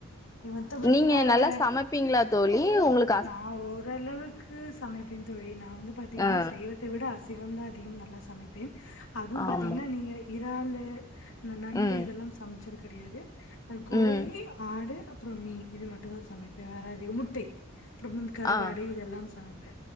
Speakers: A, on the left; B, on the left.
A: மத்தபடி
B: நீங்க
A: வேற
B: நல்லா சமைப்பீங்ளா தோழி உங்களுக்
A: நா ஓரளவுக்கு சமைப்பே தோழி நா வந்து பாத்தீங்கனா
B: ஆ
A: சய்வத் அத்த விட அசைவம் தா அதிகம் நல்லா சமைப்பேன் அதுவும் பாத்தீங்கனா
B: ஆமா
A: நீங்க இறாலு இந்த நண்டு
B: ம்
A: இதெல்லா சமச்சது கடையாது அது கோழி
B: ம்
A: ஆடு அப்புறம் மீன் இது மட்டு தா சமைப்பே வேற அதிகம் முட்டை அப்புறம் கருவாடு
B: ஆ
A: இதெல்லாம் சமைப்ப